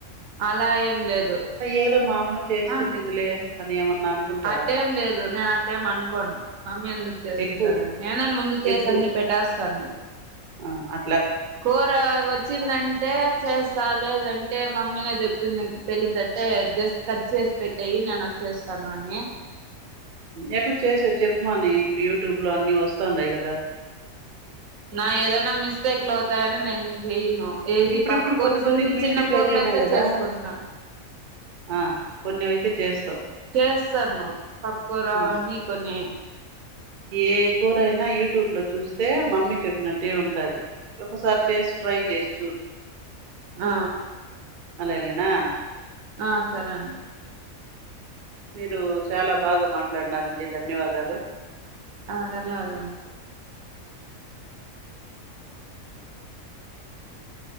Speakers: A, on the right; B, on the right.
A: అలా ఏం లేదు.
B: ఏదో మా అమ్మ చేసుకుంటుందిలే
A: అ
B: అని ఏమన్నా అనుకుంటారా?
A: అట్టెం లేదు నేను అట్టెం అనుకోను మమ్మీ ఎందుకు చేసుకుంటదని
B: ఎక్కువ
A: నేనే ముందు చే
B: ఎక్కువ
A: అన్ని పెట్టేస్తాను
B: ఆ అ
A: కూర వచ్చిందం టే చేస్తా లేదంటే మమ్మీనే చెప్తుంది, తెలీదంటే జస్ట్ కట్ చేసి పెట్టేయి నేను వచ్చి చేస్తాను అని.
B: ఎట్ల చేసేది చెప్పమాని ఇప్పుడు యూట్యూబ్ లో అన్ని వస్తాండాయి కదా
A: నా ఏదైనా మిస్టేక్లు అవుతాయని నేను చెయ్యను ఏది
B: ఇప్పుడిప్పుడు
A: పప్పుకూర
B: కొద్ది
A: చిన్న
B: కొద్దిగా మిస్టేక్
A: చిన్న కూరలు
B: అయితేనే
A: అయితే
B: కదా
A: చేసుకుంటున్నా
B: ఆ కొన్నివయితే చేస్తావ్
A: చేస్తన్ను పప్పు కూర
B: ఉమ్.
A: అన్నీ కొన్ని
B: ఏ కూరైనా యూ ట్యూబ్ లో చూస్తే మమ్మీ చెప్పినట్టే ఉంటాది ఒకసారి చేసి ట్రై చేసి చూడు
A: ఆ
B: అలాగేనా
A: ఆ సరే అండి
B: మీరు చాల బాగా మాట్లాడినారు అండి ధన్యవాదాలు
A: ఆ ధన్యవాదాలండి